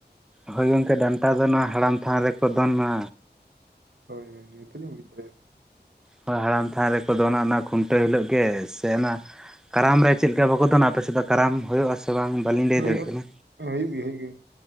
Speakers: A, in the centre; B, on the right.
A: ᱦᱳᱭ ᱜᱚᱢᱠᱮ ᱰᱟᱱᱴᱟ ᱫᱚ ᱱᱚᱣᱟ ᱦᱟᱲᱟᱢ ᱛᱷᱟᱱ ᱨᱮᱠᱚ ᱫᱷᱚᱱᱟ᱾
B: ᱦᱳᱭ ᱦᱳᱭ ᱱᱤᱛᱚᱜ ᱞᱤᱧ ᱵᱩᱡ ᱫᱟᱲᱮᱭᱟᱫᱟ᱾
A: ᱦᱳᱭ ᱦᱟᱲᱟᱢ ᱛᱷᱟᱱ ᱨᱮᱠᱚ ᱫᱚᱱ ᱚᱱᱟ ᱠᱷᱩᱱᱴᱟᱹᱣ ᱦᱤᱞᱳᱜ ᱜᱮ ᱥᱮ ᱚᱱᱟ ᱠᱟᱨᱟᱢ ᱨᱮ ᱪᱮᱫ ᱞᱮᱠᱟ ᱵᱟᱠᱚ ᱫᱚᱟᱱᱟ ᱟᱯᱮ ᱥᱮᱫ ᱫᱚ ᱠᱟᱨᱟᱢ ᱦᱩᱭᱩᱜᱼᱟᱥᱮ ᱵᱟᱝ? ᱵᱟᱹᱞᱤᱧ ᱞᱟᱹᱭ
B: ᱦᱳᱭ ᱦᱩᱭᱩᱜ
A: ᱫᱟᱲᱮᱜ ᱠᱟᱱᱟ᱾
B: ᱜᱮᱭᱟ ᱦᱩᱭᱩᱜ ᱜᱮᱭᱟ